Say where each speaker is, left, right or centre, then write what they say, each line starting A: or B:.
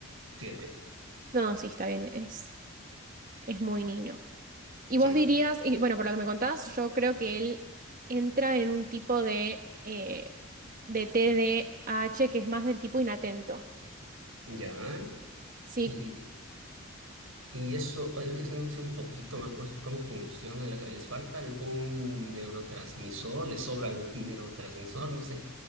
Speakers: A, on the right; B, on the right.
A: Siete,
B: No, sí, está bien, es, es muy niño. Y
A: sí,
B: vos dirías, y bueno, por lo que me contás, yo creo que él entra en un tipo de, eh, de TDAH que es más del tipo inatento.
A: ya.
B: Sí,
A: Y, y eso, eh, eso no sé un poquito, me acuerdo cómo funciona. la ca- ¿Les falta algún neurotransmisor? ¿Les sobra algún <laughs> neurotransmisor? No sé.